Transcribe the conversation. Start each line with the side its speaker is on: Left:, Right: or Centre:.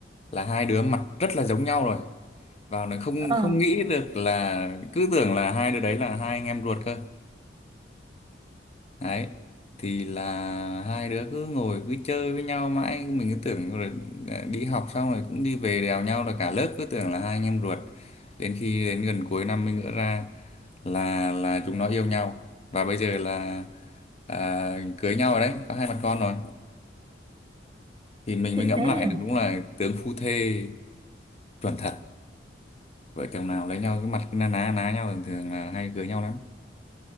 Left: là hai đứa mặt rất là giống nhau rồi vào nó không
Right: ờ
Left: không nghĩ được là cứ tưởng là hai đứa đấy là hai anh em ruột cơ đấy thì là hai đứa cứ ngồi cứ chơi với nhau mãi mình cứ tưởng rồi à, đi học xong rồi cũng đi về đèo nhau là cả lớp cứ tưởng là hai anh em ruột đến khi đến gần cuối năm mới ngỡ ra là là chúng nó yêu nhau và bây giờ là à, cưới nhau rồi đấy có hai mặt con rồi thì mình
Right: thì
Left: mới ngẫm
Right: thế
Left: lại được đúng là tướng phu thê chuẩn thật vợ chồng nào lấy nhau cái mặt cứ na ná ná nhau thường thường là hay cưới nhau lắm